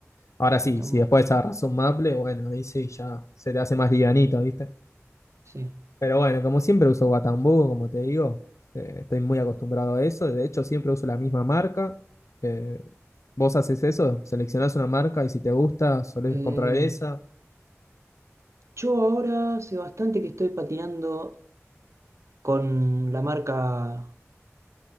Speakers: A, on the left; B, on the right.
A: Ahora
B: sí,
A: sí,
B: está
A: si
B: muy,
A: después
B: bueno,
A: agarras un maple, bueno, ahí sí ya se te hace más livianito, ¿viste?
B: sí.
A: Pero bueno, como siempre uso Guatambú, como te digo, eh, estoy muy acostumbrado a eso. De hecho, siempre uso la misma marca. Eh, vos haces eso, seleccionás una marca y si te gusta, solés
B: Eh,
A: comprar esa.
B: yo ahora hace bastante que estoy patinando con la marca,